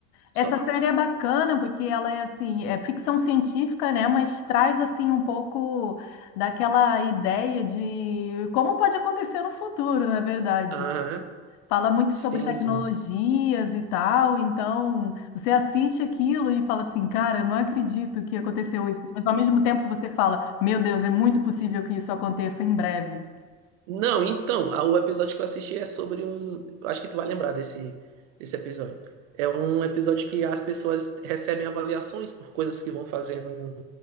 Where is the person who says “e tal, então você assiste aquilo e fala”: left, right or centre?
Left